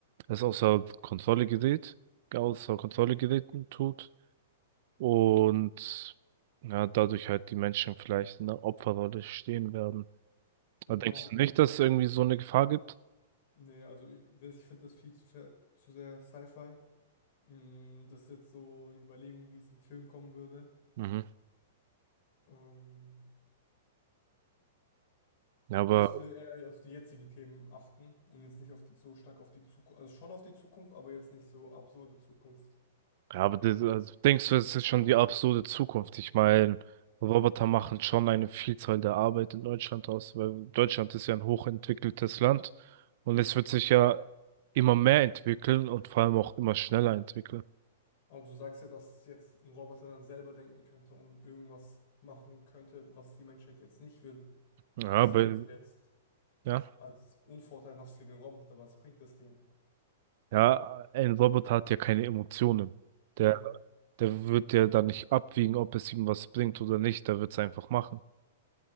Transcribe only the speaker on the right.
es außer Kontrolle gerät außer Kontrolle geraten tut und ja, dadurch halt die Menschen vielleicht in der Opferrolle stehen werden.
Aber denkst
du nicht, dass es irgendwie so eine Gefahr gibt?
Mhm.
Ja, aber,
ja, aber das, also denkst du, es ist schon die absurde Zukunft? Ich meine, Roboter machen schon eine Vielzahl der Arbeit in Deutschland aus, weil Deutschland ist ja ein hochentwickeltes Land und es wird sich ja immer mehr entwickeln und vor allem auch immer schneller entwickeln.
Ja,
aber,
ja.
Ja, ein Roboter hat ja keine Emotionen.
Der, der wird ja dann nicht abwiegen, ob es ihm was bringt oder nicht. Der wird es einfach machen.